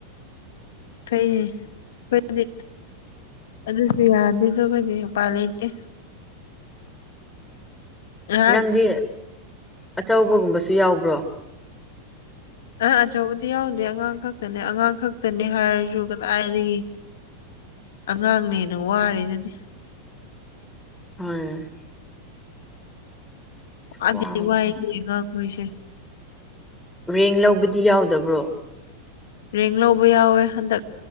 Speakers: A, on the left; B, in the centre.
A: ꯐꯩꯅꯦ ꯑꯩꯈꯣꯏꯗꯤ ꯑꯗꯨꯁꯨ ꯌꯥꯗꯦꯗꯣ ꯑꯩꯈꯣꯏꯗꯤ ꯎꯄꯥꯏ ꯂꯩꯇꯦ ꯉꯥꯏꯍꯥꯛ
B: ꯅꯪꯗꯤ ꯑꯆꯧꯕꯒꯨꯝꯕꯁꯨ ꯌꯥꯎꯕ꯭ꯔꯣ
A: ꯑꯥ ꯑꯆꯧꯕꯗꯤ ꯌꯥꯎꯗꯦ ꯑꯉꯥꯡ ꯈꯛꯇꯅꯦ ꯑꯉꯥꯡ ꯈꯛꯇꯅꯦ ꯍꯥꯏꯔꯖꯨ ꯀꯥꯗꯥꯏꯗꯒꯤ ꯑꯉꯥꯡꯅꯦꯅ ꯋꯥꯔꯤꯗꯨꯅꯤ
B: ꯃꯥꯅꯦ
A: ꯋꯥꯗꯤ
B: ꯋꯥꯕꯅꯦ
A: ꯋꯥꯏꯒꯦꯒ ꯑꯩꯈꯣꯏꯁꯦ
B: ꯔꯦꯡ ꯂꯧꯕꯗꯤ ꯌꯥꯎꯗꯕ꯭ꯔꯣ
A: ꯔꯦꯡ ꯂꯧꯕ ꯌꯥꯎꯋꯦ ꯍꯟꯗꯛ